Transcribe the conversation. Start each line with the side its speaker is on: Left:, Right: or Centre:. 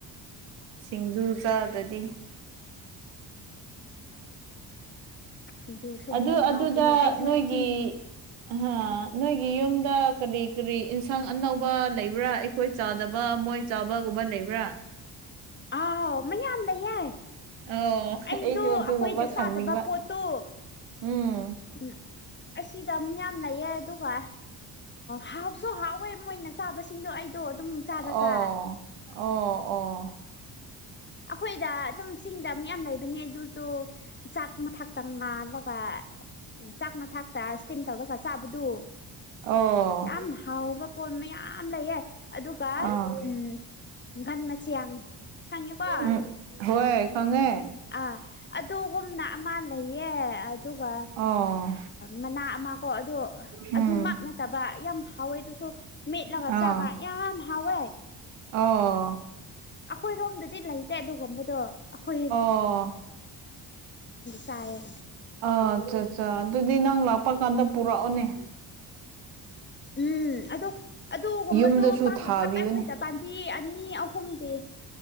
Right: ꯁꯤꯡꯖꯨ ꯆꯥꯗꯗꯤ
Left: ꯁꯤꯡꯖꯨꯁꯨ
Right: ꯑꯗꯨ
Left: ꯌꯥꯝ
Right: ꯑꯗꯨꯗ
Left: ꯍꯥꯎꯕꯅꯦ ꯑꯩꯁꯨ
Right: ꯅꯣꯏꯒꯤ
Left: ꯁꯤꯡ
Right: ꯑ ꯅꯣꯏꯒꯤ ꯌꯨꯝꯗ ꯀꯔꯤ ꯀꯔꯤ ꯏꯟꯁꯥꯡ ꯑꯅꯧꯕ ꯂꯩꯕ꯭ꯔꯥ ꯑꯩꯈꯣꯏ ꯆꯥꯗꯕ ꯃꯣꯏ ꯆꯥꯕ ꯀꯨꯝꯕꯟ ꯂꯩꯕ꯭ꯔꯥ
Left: ꯑꯥꯎ ꯃꯌꯥꯝ ꯂꯩꯌꯦ
Right: ꯑꯣ
Left: ꯑꯩꯗꯣ
Right: ꯑꯩꯁꯨ ꯑꯗꯨꯒꯨꯝꯕ
Left: ꯑꯩꯈꯣꯏꯗ ꯆꯥꯗꯕ
Right: ꯈꯪꯅꯤꯡꯕ
Left: ꯄꯣꯠꯇꯣ
Right: ꯎꯝ
Left: ꯎ ꯑꯁꯤꯗ ꯌꯥꯝ ꯂꯩꯌꯦ ꯑꯗꯨꯒ ꯍꯥꯎꯁꯨ ꯍꯥꯎꯋꯦ ꯃꯣꯏꯅ ꯆꯥꯕꯁꯤꯡꯗꯣ ꯑꯩꯗꯣ ꯑꯗꯨꯝ ꯆꯥꯔꯒ
Right: ꯑꯣ ꯑꯣ ꯑꯣ
Left: ꯑꯩꯈꯣꯏꯗ ꯑꯗꯨꯝ ꯆꯤꯡꯗ ꯃꯌꯥꯝ ꯂꯩꯕꯅꯦ ꯑꯗꯨꯁꯨ ꯆꯥꯛ ꯃꯊꯛꯇ ꯉꯥꯜꯂꯒ ꯆꯥꯛ ꯃ ꯊꯥꯛꯇ ꯏꯁꯇꯤꯝ ꯇꯧꯔꯒ ꯆꯥꯕꯗꯨ
Right: ꯑꯣ
Left: ꯌꯥꯝ ꯍꯥꯎꯕ ꯄꯣꯠ ꯃꯌꯥꯝ ꯂꯩꯌꯦ ꯑꯗꯨꯒ
Right: ꯑꯥ
Left: ꯎꯝ ꯒꯟ ꯃꯆꯤꯌꯥꯡ ꯈꯪꯉꯦꯀꯣ
Right: ꯎꯝ ꯍꯣꯏ ꯈꯪꯉꯦ
Left: ꯑꯥ ꯑꯗꯨꯒꯨꯝꯅ ꯑꯃ ꯂꯩꯌꯦ ꯑꯗꯨꯒ
Right: ꯑꯣ
Left: ꯃꯅꯥ ꯑꯃ ꯀꯣ ꯑꯗꯣ
Right: ꯎꯝ
Left: ꯑꯗꯨꯃꯛꯥꯛ ꯅꯠꯇꯕ ꯌꯥꯝ ꯍꯥꯎꯋꯦ ꯑꯗꯨꯁꯨ ꯃꯦꯠꯂꯒ
Right: ꯑꯥ
Left: ꯆꯥꯕ ꯌꯥꯝ ꯍꯥꯎꯋꯦ
Right: ꯑꯣ
Left: ꯑꯩꯈꯣꯏꯔꯣꯝꯗꯗꯤ ꯂꯩꯇꯦ ꯑꯗꯨꯒꯨꯝꯕꯗꯣ ꯑꯩꯈꯣꯏ
Right: ꯑꯣ
Left: ꯆꯥꯏꯌꯦ
Right: ꯑ ꯑꯠꯆꯥ ꯑꯠꯆꯥ ꯑꯗꯨꯗꯤ ꯅꯪ ꯂꯥꯛ ꯄ ꯀꯥꯟꯗ ꯄꯨꯔꯛꯑꯣꯅꯦ
Left: ꯎꯝ ꯑꯗꫭ ꯑꯗꯨꯒꯨꯝꯕꯗꯣ
Right: ꯌꯨꯝꯗꯁꯨ
Left: ꯄꯥꯛꯂꯗ
Right: ꯊꯥꯕꯤꯌꯨꯅꯦ
Left: ꯑꯩꯈꯣꯏꯗ ꯄꯥꯝꯕꯤ ꯑꯅꯤ ꯑꯍꯨꯝꯗꯤ